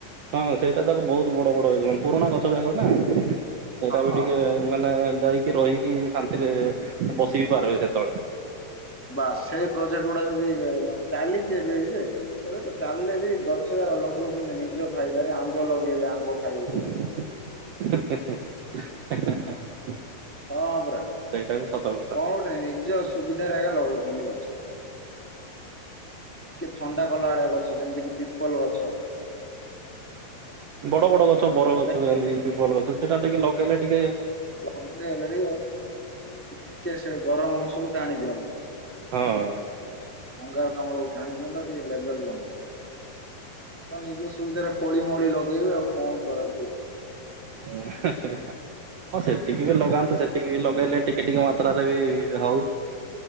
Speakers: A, on the right; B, in the centre.
A: ହଁ ସେଇଟା ତାକ ବହୁତ ବଡ଼ ବଡ଼ ହେଇଗଲାଣି, ପୁରୁଣା ଗଛ ଯାକ ନା ସେଇଟା
B: ହଁ।
A: ବି ଟିକେ ମାନେ ଯାଇକି ରହିକି ଶାନ୍ତିରେ
B: <unintelligible>
A: ବସି ବିି ପାରିବେ ସେତେବେଳେ
B: ବାସ ସେଇ ପ୍ରୋଜେକ୍ଟ ଗୁଡା ଯଦି ଚାଲିଛି ଏବେ ବି ଯେ ଏବେ ତ ଚାଲିଲେ ବି ଗଛ ଲଗଉଛନ୍ତି ନିଜ ଫାଇଦାରେ ଆମ୍ବ ଲଗେଇବେ ଆମ୍ବ ଖାଇବୁ
A: <inaudible>
B: ବୋଲି। ହଁ ପୁରା କଣ
A: ସେଇଟା ବି ସତ କଥା।
B: ଗୋଟେ ନିଜ ସୁବିଧାରେ ଆଜ୍ଞା ଲଗଉଛନ୍ତି ଗଛ। ଟିକେ ଥଣ୍ଡା କଲା ଭଳିଆ ଗଛ ଯେମିତି କିି ପିପଲ ଗଛ --
A: ବଡ଼ ବଡ଼ ଗଛ ବର ଗଛ
B: ନାଇଁ
A: ଯେମତି ପପଲ ଗଛ ସେଟା ଟିକେ ଲଗେଇଲେ ଟିକେ
B: ଲଗେଇଲେ ଟିକେ ସେ ଗରମ୍ ସବୁ ଟ ଆଣି ଦିଅନ୍ତା।
A: ହଁ।
B: ଅଙ୍ଗାର କାଲଡ଼କୁ ଟାଣି ଦିଅନ୍ତାଟିକେ ଲେବଲ ରୁହନ୍ତା। ତ ନିଜ ସୁବିଧାରେ କୋଳି ମୋଳି ଲଗେଇବେ ଆଉ କଣ କରାଯିବ।
A: <inaudible> ହଁ, ସେତିକି ରେ ବି ଲଗାନ୍ତୁ ସେତିକି ବି ଲଗେଇଲେ ଟିକେ ଟିକେ ମାତ୍ରାରେ ବି ହଉ।